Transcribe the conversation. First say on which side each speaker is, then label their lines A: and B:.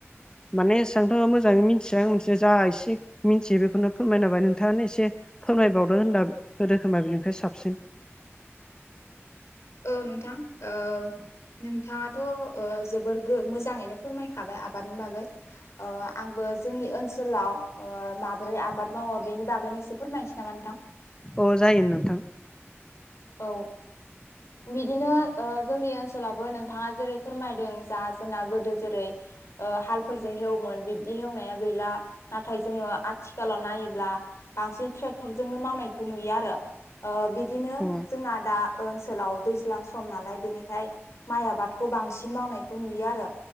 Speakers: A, on the left; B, on the left.
A: माने एसेयांथ' मोजाङै मिथिया आं मिथिनाया जा एसे मिनथियो बेखौनो फोरमायना होबाय नोंथाङानो एसे फोरमायबावदो होनना होदो होमबा बेनिफ्राय साबसिन
B: औ नोंथां ओ नोंथाङाथ ओ जोबोर गो मोजाङैनो फोरमायखाबाय आबादनि बागै अ आंबो जोंनि ओनसोलाव अ माबोरै आबाद मावो बेनि बागैनो एसे फोरमायसै नामा नोंथां?
A: अ जायो नोंथां
B: औ बिदिनो जोंनि ओनसोलावबो नोंथाङा जेरै फोरमायदों जा जोंना गोदो जेरै ओ हालफोरजों हेवोमोन बिबदि हेवनाया गैला नाथाय जोङो आथि आथिखालाव नायोब्ला बांसिन ट्रेक्टरजोंनो मावनायखौ नुयो आरो ओ बिदिनो
A: औ
B: जोंना दा ओनसोलाव दैज्लां सम नालाय बेनिखाय माइ आबादखौ बांसिन मावनायखौ नुयो आरो